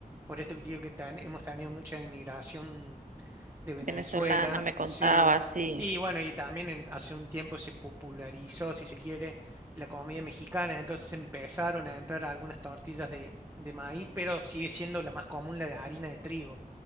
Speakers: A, on the right; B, on the right.
A: Por esto que te digo que ten- hemos tenido mucha inmigración de Venezuela,
B: Venezolana, me contaba,
A: sí.
B: sí.
A: Y bueno, y también en- hace un tiempo se popularizó, si se quiere, la comida mexicana, entonces empezaron a entrar algunas tortillas de, de maíz, pero sigue siendo la más común la de harina de trigo.